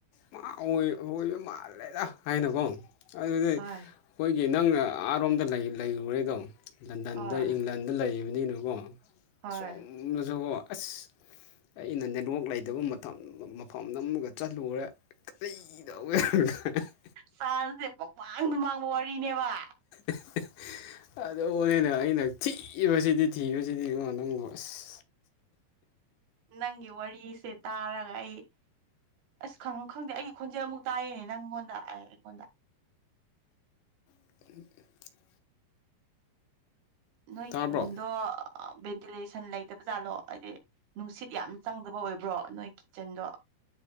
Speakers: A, on the left (about 85°); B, on the right (about 65°).
A: ꯃꯥ ꯑꯣꯏ ꯑꯣꯢꯕꯥ ꯃꯥꯜꯂꯦꯗ ꯍꯥꯏꯅꯀꯣ ꯑꯗꯨꯗꯤ ꯑꯩꯈꯣꯏꯒꯤ
B: ꯍꯣꯏ
A: ꯅꯪ ꯑꯔꯣꯝꯗ ꯂꯩ ꯂꯩꯔꯨꯔꯦꯗꯣ ꯂꯟꯗꯟꯗ
B: ꯍꯣꯏ
A: ꯏꯪꯂꯦꯟꯗ ꯂꯩꯔꯤꯕꯅꯤꯅꯀꯣ
B: ꯍꯣꯏ
A: ꯑꯁꯣꯝꯅꯁꯨꯀꯣ ꯑꯁ ꯑꯩꯅ ꯅꯦꯠꯋꯥꯛ ꯂꯩꯇꯕ ꯃꯇꯝ ꯃꯐꯝꯗ ꯑꯃꯨꯛꯒ ꯆꯠꯂꯨꯔꯦ <unintelligible>
B: ꯆꯥꯟꯁ ꯁꯦ ꯄꯛꯃꯥꯡꯗ ꯃꯥꯡꯕ ꯋꯥꯔꯤꯅꯦꯕ
A: <inaudible> ꯑꯗꯨꯅꯦꯅꯦ ꯑꯩꯅ ꯊꯤꯕꯁꯤꯗꯤ ꯊꯤꯕꯁꯤꯗꯤ ꯏꯕꯨꯉꯣ ꯅꯪꯕꯨ ꯑꯁ
B: ꯅꯪꯒꯤ ꯋꯥꯔꯤꯁꯦ ꯇꯥꯔꯒ ꯑꯩ ꯑꯁ ꯈꯪꯉꯨ ꯈꯪꯗꯦ ꯑꯩꯒꯤ ꯈꯣꯟꯖꯦꯜ ꯑꯃꯨꯛ ꯇꯥꯏꯌꯦꯅꯦ ꯅꯪꯉꯣꯟꯗ ꯑ ꯑꯩꯉꯣꯟꯗ
A: <inaudible>
B: ꯅꯣꯏꯒꯤ
A: ꯇꯥꯕ꯭ꯔꯣ
B: ꯔꯨꯝꯗꯣ ꯚꯦꯟꯇꯤꯂꯦꯁꯟ ꯂꯩꯇꯕ ꯖꯥꯠꯂꯣ ꯍꯥꯏꯗꯤ ꯅꯨꯡꯁꯤꯠ ꯌꯥꯝ ꯆꯪꯗꯕ ꯑꯣꯏꯕ꯭ꯔꯣ ꯅꯣꯏ ꯀꯤꯠꯆꯟꯗꯣ